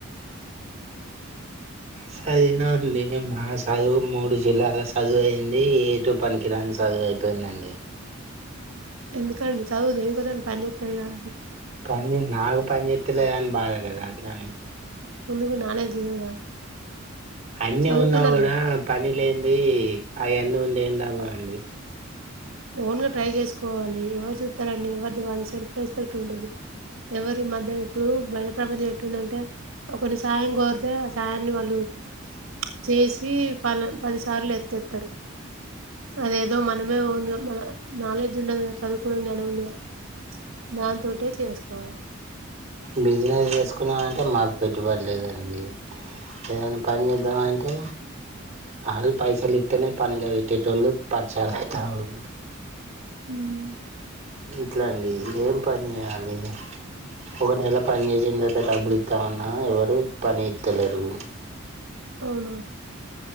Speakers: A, on the right; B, on the right.
A: సదినామండి మా చదువు మూడు జిల్లాల చదువు అయింది ఏటు పనికిరాని చదు సదువైయిపోయిందండి
B: ఎందుకండి చదువు దేనికో దానికి పనిచెత్తది కదా
A: పని నాకు పని చేత్తలేదని బాధ కదా అట్లాని
B: ఉందుకు నాలడ్జ్ లేదా
A: అన్ని
B: చదువుకున్నారుగా
A: ఉన్నా కూడా పని లేంది అయన్నీ ఉండి ఏం లాభం అండీ
B: ఓన్ గా ట్రై చేసుకోవాలి ఎవరు చూత్తరండి ఎవరు వాళ్ళు సెల్ఫ్ రెస్పెక్ట్ ఉంటంది ఎవరి మధ్య ఎప్పుడు బయడ ప్రపంచం ఎట్టుందంటే ఒకరిని సాయం కోరితే ఆ సాయాన్ని వాళ్ళు చేసి పల పదిసార్ల ఎత్తేత్తరు అదేదో మనమే ఒన్గా మన నాలెడ్జ్ ఉండదు కదా చదువుకోవడం జ్ఞనం ఉందిగా దాంతోటే చేసుకోవాలే
A: బిజినెస్ చేసుకున్నామంటే మాకు పెట్టుబడి లేదండి ఏదైనా పని చేేద్దామంటే అలు పైసలు ఇత్తేనే పనిల పెట్టెటోళ్ళు తరిచా ఇత్తండ్లు
B: ఉం
A: ఎట్ల అండి ఏం పని చేయాలి ఒక నెల పని చేసిన తర్వాత డబ్బులు ఇత్తమన్నా ఎవరు పని ఇత్తలేరు
B: అవునా